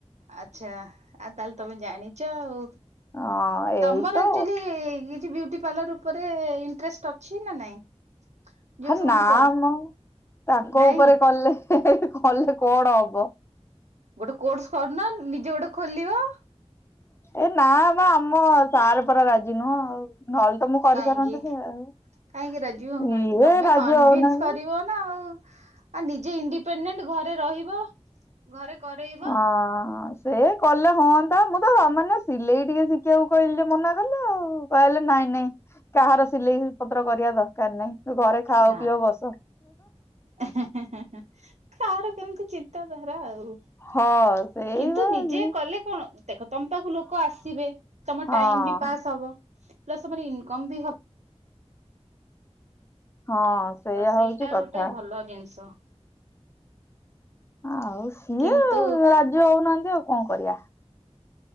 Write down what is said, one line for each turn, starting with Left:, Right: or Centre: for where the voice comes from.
Right: ଆଚ୍ଛା। ଆଉ ତାହେଲେ ତମେ ଜାଣିଛ ଆଉ,
Left: ହଁ ଏଇ
Right: ତମର
Left: ତ
Right: ଆକ୍ଚୁଆଲି କିଛି ବିଉଟି ପାର୍ଲର ଉପରେ ଇଣ୍ଟରେଷ୍ଟ ଅଛି ନା ନାଇଁ? ଯୋଉ
Left: ହେ
Right: ସେମାନେ
Left: ନା
Right: କରୁ
Left: ମ ତାଙ୍କ
Right: ନାଇଁ
Left: ଉପରେ କଲେ, କଲେ କଣ ହବ?
Right: ଗୋଟେ କୋର୍ସ କରୁନ, ନିଜେ ଗୋଟେ ଖୋଲିବ।
Left: ଏ ନା ବା ଆମ ସାର୍ ପରା ରାଜି ନୁହଁ ଆଉ। ନହେଲେ ତ ମୁଁ କରିସାରନ୍ତେଣି
Right: କାହିଁକି?
Left: ଆଉ।
Right: କାହିଁକି ରାଜି ହଉନାହାନ୍ତି
Left: ଇଏ
Right: ତମେ
Left: ରାଜି
Right: କନଭିନ୍ସ
Left: ହଉନାହାନ୍ତି
Right: କରିବ ନା ଆଉ, ଆଉ ନିଜେ ଇଣ୍ଡିପେଡେଣ୍ଟ ଘରେ ରହିବ ଘରେ କରେଇବ
Left: ଆ ସେ କଲେ ହଅନ୍ତା। ମୁଁ ତ ମାନେ ସିଲେଇ ଟିକେ ଶିଖିଆକୁ କହିଲି ଯେ, ମନା କଲେ ଆଉ କହିଲେ ନାଇଁ ନାଇଁ। କାହାର ସିଲେଇ ପତ୍ର କରିବା ଦରକାର ନାହିଁ। ତୁ ଘରେ ଖାଅ
Right: ନା
Left: ପିଅ ବସ।
Right: କାହାର କେମିତି ଚି ଚିନ୍ତାଧାରା ଆଉ।
Left: ହଁ ସେଇ
Right: କିନ୍ତୁ
Left: ବା
Right: ନିଜେ
Left: ହଁ
Right: କଲେ କଣ, ଦେଖ ତମ ପାଖକୁ ଲୋକ ଆସିବେ। ତୋମ
Left: ହଁ।
Right: ଟାଇମ୍ ବି ପାସ୍ ହବ। ପ୍ଲସ୍ ତୋମର ଇନକମ୍ ବି ହ
Left: ହଁ। ସେଇଆ
Right: ତ ସେଇଟା
Left: ହଉଛି କଥା
Right: ଗୋଟେ ଭଲ ଜିନିଷ।
Left: ଆଉ ସିଏ
Right: କିନ୍ତୁ
Left: ରାଜି ହଉନାହାନ୍ତି ଆଉ କଣ କରିବା।